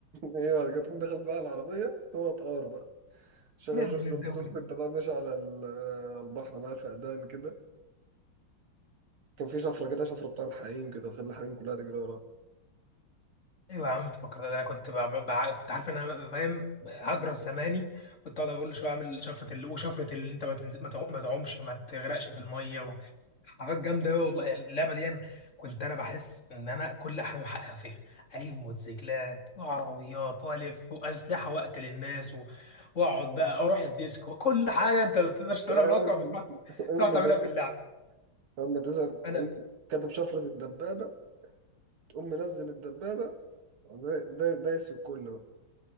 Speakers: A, on the right; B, on the left.
A: ايه بعد كده تقوم داخل بقى العربيه تقعد تقار بقى شغال
B: يا ابن
A: جورج
B: الدوله
A: وسوف انت بقى ماشي على ال- على البحر بقى فقدان كده كان في شفره كده شفره بتاع الحريم كده تخلي الحريم كلها تجري وراها
B: ايوه يا عم انت فكرت انا كنت بع... بع... كنت عارف ان انا فاهم هجرس زماني كنت اقعد اقول شويه اعمل شفره ال... وشفره اللي انت ما تنز... ما تغ- ما تعومش ما تغرقش في الميه و... حاجات جامده قوي والله اللعبه دي أنا كنت انا بحس ان انا كل احلامي بحققها فيها اجيب موتوسيكلات وعربيات والف واسلحه واقتل الناس و... واقعد بقى اروح الديسكو كل حاجه انت ما بتقدرش تعملها
A: أول
B: في الواقع بتروح
A: أول
B: بتروح تعملها في
A: ما
B: اللعب
A: أول ما تزهق تقوم
B: انا
A: كاتب شفرة الدبابة تقوم منزل الدبابة ودا- دا- دايس في الكل بقى